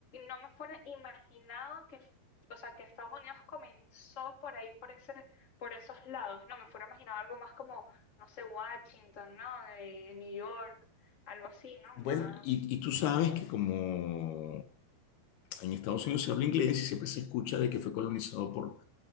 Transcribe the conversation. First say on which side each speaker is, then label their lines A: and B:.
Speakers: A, on the left; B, on the left.
A: no me fuera imaginado que, f- o sea, que Estados Unidos comenzó por ahí, por ese, por esos lados. No me fuera imaginado algo más como, no sé, Washington, ¿no? De New York, algo así, ¿no?
B: bueno,
A: Más.
B: y, y tú sabes que como en Estados Unidos se habla inglés y siempre se escucha de que fue colonizado por